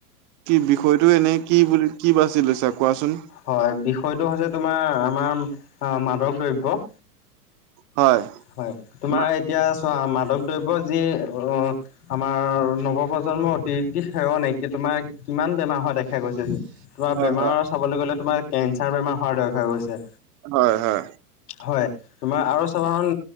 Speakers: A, on the right; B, on the left.
A: কি বিষয়টো এনেই কি বুলি, কি বাচি লৈছা কোৱাচোন?
B: হয়, বিষয়টো হৈছে, তোমাৰ আমাৰ মাদক দ্ৰব্য।
A: হয়।
B: হয়, তোমাৰ
A: হয়
B: এতিয়া চোৱা, মাদক দ্ৰব্য যি অ' আমাৰ নৱপ্ৰজন্মৰ অতিথি সেৱ নাই কি তোমাৰ কিমান বেমাৰ হোৱা দেখা গৈছে, তোমাৰ
A: হয়
B: বেমাৰ চাবলৈ গ'লে তোমাৰ কেঞ্চাৰ বেমাৰ হোৱা দেখা গৈছে।
A: হয় হয়।
B: হয়, তোমাৰ আৰু চাবাচোন